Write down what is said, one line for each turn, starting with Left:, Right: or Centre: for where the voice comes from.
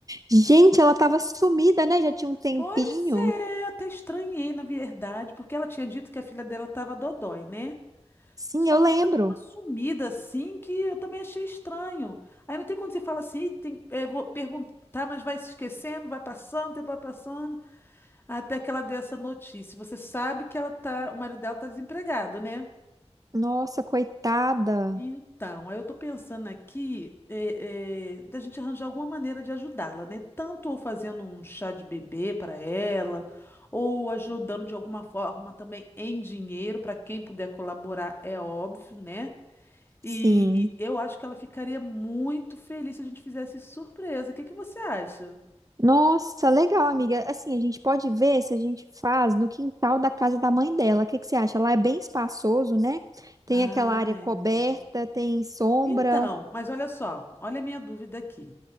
Right: Gente, ela tava sumida, né? Já tinha um tempinho.
Left: Pois é, até estranhei, na verdade, porque ela tinha dito que a filha dela tava dodói, né?
Right: Sim,
Left: Só
Right: eu
Left: que
Right: lembro.
Left: ela deu uma sumida assim que eu também achei estranho. Aí não tem quando você fala assim, "Ih, tem, é, vou perguntar, mas vai se esquecendo, vai passando, tempo vai passando. Até que ela deu essa notícia. Você sabe que ela tá, o marido dela tá desempregado, né?
Right: Nossa, coitada.
Left: Então, aí eu tô pensando aqui é, é, da gente arranjar alguma maneira de ajudá-la, né? Tanto ou fazendo um chá de bebê para ela, ou ajudando de alguma forma também em dinheiro para quem puder colaborar, é óbvio, né?
Right: Sim.
Left: E, e eu acho que ela ficaria muito feliz se a gente fizesse surpresa. O que que você acha?
Right: Nossa, legal, amiga. Assim, a gente pode ver se a gente faz no quintal da casa da mãe dela. O que que você acha? Lá é bem espaçoso, né? Tem
Left: Ai.
Right: aquela área coberta, tem sombra.
Left: Então, mas olha só, olha a minha dúvida aqui.